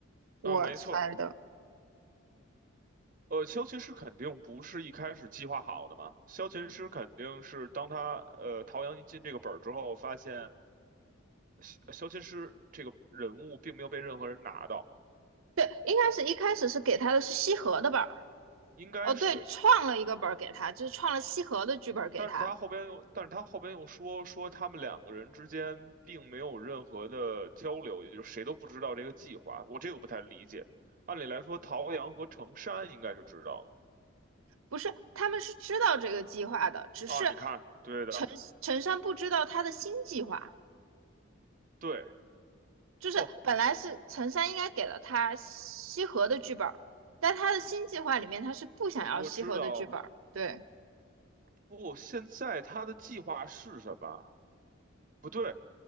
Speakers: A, on the right; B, on the right.
A: 我猜的，
B: 呃，没错，呃，修琴师肯定不是一开始计划好的嘛，修琴师肯定是当他呃陶阳一进这个本儿之后，发现修修琴师这个人物并没有被任何人拿到，
A: 对，一开始一开始是给他的是西河的本儿，
B: 应该是。
A: 哦对，创了一个本儿给他，就是创了西河的剧本儿给他，
B: 但是他后边又，但是他后边又说说他们两个人之间并没有任何的交流，也就是谁都不知道这个计划。我这个不太理解。按理来说，陶阳和程山应该是知道
A: 不是，他们是知道这个计划的，只是
B: 的啊。你看，对的，
A: 陈陈山不知道他的新计划。
B: 对，
A: 就是本来是陈山应该给了他西河的剧本
B: 不，
A: 但他的新计划里面他是不想要西河的剧本对
B: 我我知道。不，现在他的计划是什么？不对，